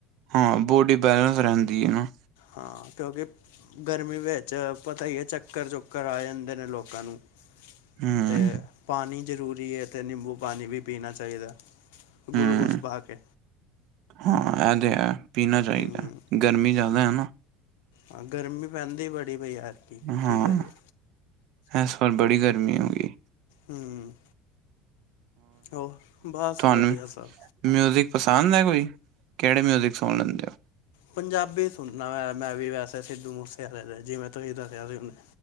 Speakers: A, on the right; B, on the left.
A: ਹਾਂ ਬੋਡੀ ਬੈਲੇਂਸ ਰਹਿੰਦੀ ਹੈ ਨਾ?
B: ਹਾਂ ਕਿਉਂਕਿ ਗਰਮੀ ਵਿੱਚ ਪਤਾ ਹੀ ਹੈ ਚੱਕਰ ਚੁੱਕਰ ਆ ਜਾਂਦੇ ਨੇ ਲੋਕਾਂ ਨੂੰ।
A: ਹਮ
B: ਤੇ ਪਾਣੀ ਜ਼ਰੂਰੀ ਹੈ ਤੇ ਨਮਬੂ ਪਾਣੀ ਵੀ ਪੀਣਾ ਚਾਹੀਦਾ।
A: ਹਮ
B: ਗਲੂਕੋਸ ਪਾ ਕੇ
A: ਹਾਂ ਤੇ ਹੈ ਪੀਣਾ ਚਾਹੀਦਾ।
B: ਹੂੰ
A: ਗਰਮੀ ਜ਼ਿਆਦਾ ਹੈ ਨਾ।
B: ਹਾਂ ਗਰਮੀ ਪੈਂਦੀ ਬੜੀਈ ਯਾਰਕੀ
A: ਹਾਂ
B: ਕੀ ਕਰੀਏ
A: ਇਸ ਵਾਰ ਬੀ ਗਰਮੀ ਹੋ ਗਈ
B: ਹਮ ਹੋਰ ਬਸ
A: ਤੁਹਾਨੂੰ
B: ਵਧੀਆ ਸਭ।
A: ਮਿਊਜ਼ਿਕ ਪਸੰਦ ਹੈ ਕੋਈ ਕਿਹੜੇ ਮਿਊਜ਼ਿਕ ਸੁਣ ਲੈਂਦੇ ਹੋ।
B: ਪੰਜਾਬੀ ਸੁਣਨਾ ਵੈਂ ਮੈਂ ਵੀ ਵੈਸੇ ਸਿੱਧੂ ਮੂਸੇਵਾਲੇ ਦੇ ਜਿਵੇਂ ਤੁਸੀਂ ਤਾਂ ਕਹਿਦੇੁੰਦੇ।